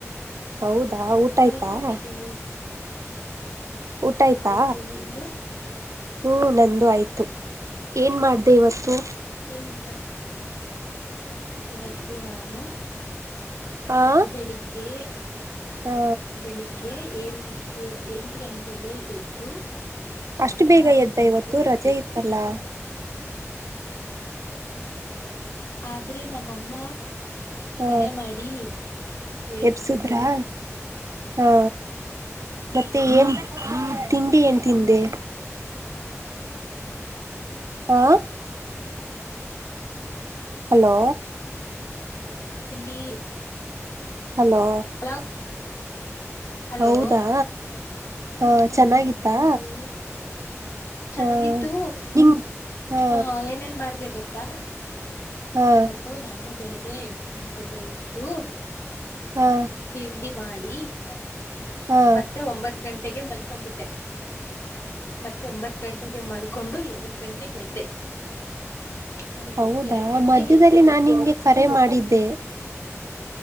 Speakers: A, on the right; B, on the left.
A: ಹೌದಾ ಊಟ
B: ಮಲ್ಕೊಂಡಿದ್ದೀನಿ
A: ಆಯ್ತಾ. ಊಟ ಆಯ್ತಾ
B: ಆಯ್ತು ನಿಮ್ದು
A: ಹ್ಮ ನಂದು ಆಯ್ತು ಏನ್ ಮಾಡ್ದ. ದವಸ್ತು
B: ಏನಿಟ್ಟೆ ಇವತ್ತು ನಾನು.
A: ಆ
B: ಬೆಳಿಗ್ಗೆ
A: ಹಾ
B: ಬೆಳಿಗ್ಗೆ. ಏಳ್ು ಗಂಟೆ ಎಂಟು ಗಂಟೆಗೆ ಎದ್ದು.
A: ಅಷ್ಟು
B: ಮುಖ
A: ಬೇಗ ಎದ್ದ
B: ತೊಳೆದು
A: ಇವತ್ತು ರಜೆ ಇತ್ತು. ಇತ್ತಲ.
B: ಆದ್ರೆ ನಮ್ಮಮ್ಮ.
A: ಹಾ
B: ಕರೆ ಮಾಡಿ ಹೇಳಳ್ಿಸಬಿಟರು.
A: ಎಬ್ಸುದ್ರಾ ಹಾ ಮತ್ತೆ ಏನ್ ತಿಂಡಿ ಏನ್ ತಿಂದೆ. ಹಾ. ಹಲೋ.
B: ತಿಂಡಿ.
A: ಹಲೋ.
B: ಪಲಾವ್. ಹಲೋ
A: ಹೌದಾ. ಹ. ಚೆನ್ನಾಗಿತ್ತಾ.
B: ಹೌದು ಚೆನ್ನಾಗಿತ್ತು
A: ಹ ನಿಂಗ್ ಹಾ
B: ಹ ಏನೇನ್ ಮಾಡ್ದ ಗೊತ್ತಾ
A: ಹಾ
B: ಇವತ್ತು ನಾನು ಬೆಳ. ಎಂಟು ಗಂಟೆಗೆ ಇತ್ತು.
A: ಹಾ
B: ತಿಂಡಿ ಮಾಡಿ. ಅಡಿ.
A: ಹಾ
B: ಮತ್ತೆ ಒಂಬತ್ ಗಂಟೆ ತೆಗೆ ಮಲ್ಕೊ್ಬಿಟ್ಟೆ ಮತ್ತೆ ಒಂಬತ್ ಗಂಟೆಗೆ ಮಲ್ಕೊಂಡು ಎರಡು ಗಂಟೆಗೆ ಎದ್ದೆ ಹೌದು
A: ಹೌದಾ
B: ಎರಡ್ ಗಂಟೆಗೆ
A: ಮಧ್ಯದಲ್ಲಿ
B: ಎದ್ದೆ
A: ನಾನ್ ಹಂಗೆ ಕರೆ ಮಾಡಿದ್ದೆ